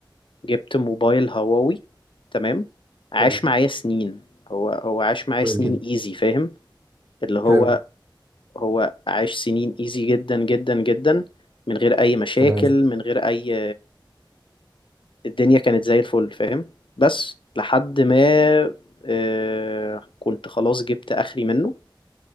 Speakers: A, on the left; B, on the right.
A: جبت موبايل هواوي تمام عاش
B: حلو
A: معايا سنين هو هو عاش معايا
B: كويس
A: سنين
B: جدا
A: ايزي فاهم اللي هو
B: حلو
A: هو عاش سنين ايزي جدا جدا جدا من غير اي مشاكل
B: تمام
A: من غير اي الدنيا كانت زي الفل فاهم بس لحد ما آه، كنت خلاص جبت اخري منه